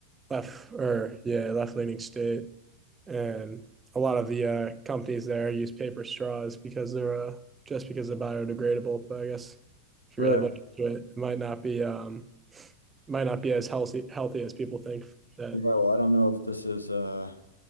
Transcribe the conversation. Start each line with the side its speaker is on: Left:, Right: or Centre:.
Right: left or yeah left leaning state, and a lot of the uh, companies there use paper straws because they're uh, just because they're biodegradable. But I guess if
Left: Right.
Right: you really look into it, it might not be um, might not be as healthy healthy as people think that.
Left: Yeah, well, I don't know if this is uh,